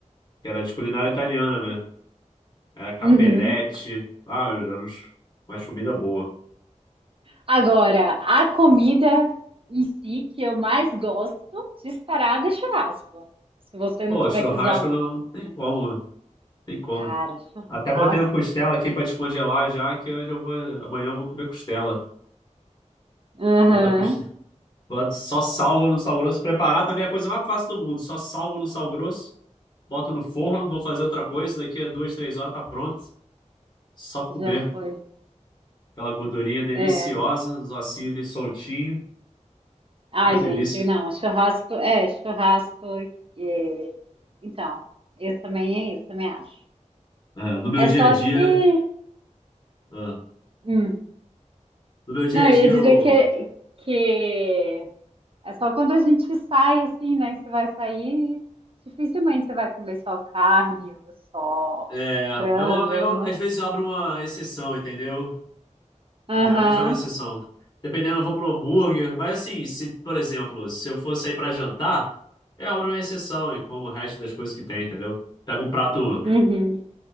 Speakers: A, on the left (about 35°); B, on the right (about 45°).
A: que era de culinária italiana, né? Era capelete.
B: Uhum.
A: Ah, era uns- umas comida boa.
B: Agora, a comida em si que eu mais gosto, disparada, é churrasco. Se você
A: Pô,
B: não tiver
A: churrasco
B: que usar.
A: não tem
B: o-
A: como, tem como.
B: Cara, churrasco.
A: Até botei uma costela aqui pra descongelar já, que hoje eu vou, amanhã eu vou comer costela.
B: Aham,
A: Bota a costela. Só salgo no sal grosso. Preparar também é a coisa mais fácil do mundo. Só salgo no sal grosso, boto no forno, vou fazer outra coisa. Daqui a duas, três horas tá pronto. Só comer.
B: já foi.
A: Aquela gordurinha deliciosa,
B: É.
A: os ossinhos ali soltinhos.
B: Ai,
A: Ah, delícia.
B: gente, não, churrasco. É, churrasco. é, Então, eu também, eu também acho.
A: É, no meu
B: É
A: dia
B: só
A: a dia.
B: que.
A: ah,
B: hum,
A: no meu dia
B: Não,
A: a dia,
B: eu ia dizer
A: eu.
B: que, que é só quando a gente sai assim, né? Que você vai sair, dificilmente você vai comer só carne ou só
A: É,
B: frango,
A: eu, eu,
B: né?
A: às vezes eu abro uma exceção, entendeu? Geralmente
B: Aham,
A: eu abro uma exceção. Dependendo, eu vou pro hambúrguer. Mas assim, se, por exemplo, se eu for sair pra jantar, eu abro uma exceção e como o resto das coisas que tem, entendeu? Pego um prato,
B: uhum.